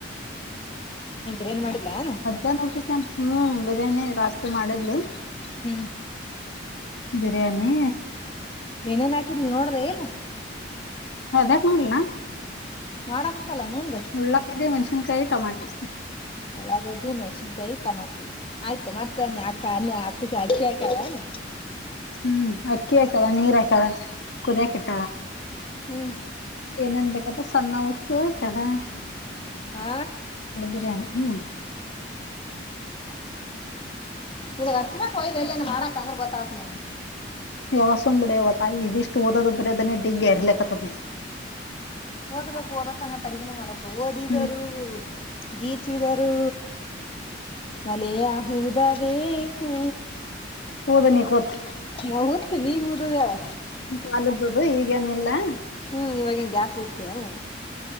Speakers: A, on the left; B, on the left.
A: ಹ್ಮ್ ಬ್ರಿಯಾನಿ ಮಾಡಿದ್ಲಾ ಎನ್
B: ನೋಟ <unintelligible> ಹ್ಮ್ ಬಿರಾನಿ ರಾತ್ರಿ ಮಾಡಿದ್ಲು <unintelligible>
A: ಹ್ಮ್
B: ಬಿರಿಯಾನೀ
A: ಏನೇನ್ ಹಾಕಿದ್ಲ್ ನೋಡಿದ್ಯಾ ಇಲ್ಲ
B: ಅದ್ಯಾಕ ನೋಡ್ಲಿ ನಾನು
A: ಮಾಡಬೇಕ್ಕಲ್ಲ ಮುಂದ್
B: ಉಳಾಗಡ್ಡಿ ಮೆಣಸಿನ್ಕಾಯಿ ಟಮಟಿ
A: ಉಳಗಡ್ಡಿ ಮೆಣಸನ್ಕಾಯಿತ ಟಮಟ್ಟಿ ಆಯ್ತು ಮತ್ತೆತ್ ಅನ್ನೆ ಅಕ್ಕ ಅನ್ನಯ ಅಕ್ಕಗ್ ಅಕ್ಕಿ ಆಕ್ಕಯಾಳೆನ್
B: ಹ್ಮ್ ಅಕ್ಕಿ ಹಾಕ್ಯಾಳ ನೀರ್ ಹಾಕ್ಯಾಳ ಕುದ್ಯಾಕ್
A: ಹ್ಮ್
B: ಕೆಟ್ಟಳ
A: ಹ್ಮ್
B: ಕೇನೇನ್ ಬೇಕತ್ತ ಸಣ್ಣ ಉಷ್ಟು ಹಾಕದ
A: ಆ
B: ಬಿರಿಯಾನಿ ಹ್ಮ್
A: ನಿನಗ್ ಹಚ್ಬಕ್ ವಯ್ದ್ ಎಲ್ಯಾನ ಮಾಡಕ್ ಅಂದ್ರ ಗೊತ್ತಾತ್ ನನ್
B: ಯಾವ ಸುಮ್ ಬುಡೆವ್ ತಾಯಿ ಇದಿಷ್ಟು ಓದದು ಬರ್ಯಾದನು ಡಿಗ್ಗಿ ಅರ್ಲ್ಯಾಕತ್ಯಾದ್ ಇಲ್ಲಿ
A: ಓದ್ಬೇಕು ಓದ ಸಂಗಟ್ ಅಡಗಿನು ಮಾಡಕು ಓದಿದರೂ
B: ಹ್ಮ್
A: ಗೀಚಿದಾರೂ ಒಲೆಯ ಹೂದ ಬೇಕು
B: ಓದ ನೀ ಕೂತ್
A: ನಾಊತ್ತ್ ನೀ ಹೂದದೇಳ್
B: ಕಾಲದುದು ಈಗೇನಿಲ್ಲಾ
A: ಹ್ಮ್ ಇವಾಗೇನ್ ಗ್ಯಾಸ್ ಹುತ್ತೇನಿಗ್